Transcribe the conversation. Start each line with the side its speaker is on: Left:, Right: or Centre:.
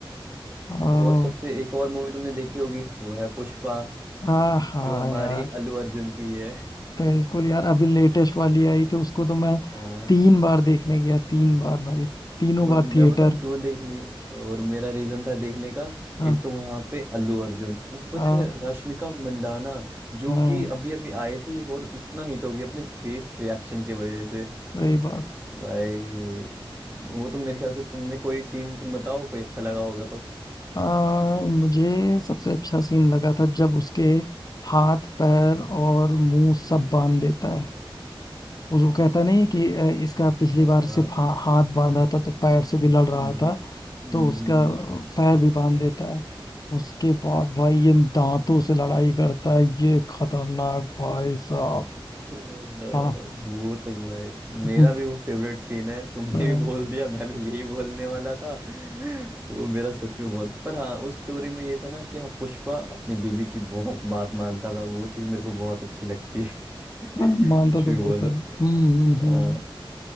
Left: आ,
Right: और सबसे एक और मूवी तुमने देखी होगी वो है पुष्पा
Left: हाँ हाँ
Right: जो हमारी
Left: यार
Right: अल्लू अर्जुन की है
Left: बिल्कुल यार अभी लेटेस्ट वाली आई थी उसको तो मैं
Right: <laughs>
Left: तीन बार देखने गया तीन बार भाई तीनों
Right: और
Left: बार
Right: मैं
Left: थिएटर
Right: बताऊं क्यों देखने और मेरा रीजन था देखने का
Left: हाँ
Right: एक तो वहां पे अल्लू अर्जुन ऊपर
Left: हाँ
Right: से रश्मिका मंडाना जो
Left: हाँ
Right: कि अभी अभी आई थी और इतना हिट हो गई अपने फेस रिएक्शन की वजह से
Left: वही बात
Right: भाई वो तो मेरे ख्याल से तुमने कोई सीन तुम बताओ कोई अच्छा लगा होगा तो
Left: आ, मुझे सबसे अच्छा सीन लगा था जब उसके हाथ पैर और मुंह सब बांध देता है उस वो कहता नहीं कि अ, इसका पिछली
Right: हाँ
Left: बार
Right: हाँ
Left: सिर्फ हा, हाथ बांधा था तो पैर से भी लड़ रहा
Right: हम्म हम्म,
Left: था तो
Right: हम्म,
Left: उसका
Right: हम्म।
Left: अ, पैर भी बांध देता है उसके बाद भाई ये दांतों से लड़ाई करता है ये खतरनाक भाई साहब
Right: अ, वो
Left: हाँ
Right: तो भाई
Left: <laughs>
Right: मेरा भी वो फेवरेट सीन है तुमने
Left: अ, अ,
Right: भी बोल दिया मैं भी यही बोलने वाला था वो मेरा सच में बहुत पर हाँ उस स्टोरी में ये था ना कि हाँ पुष्पा अपनी बीवी की बहुत बात मानता था वो चीज मेरे को बहुत अच्छी लगती है <laughs>
Left: अ,
Right: कुछ
Left: मानता तो
Right: भी
Left: बहुत
Right: बोलो
Left: है हम्म हम्म
Right: हाँ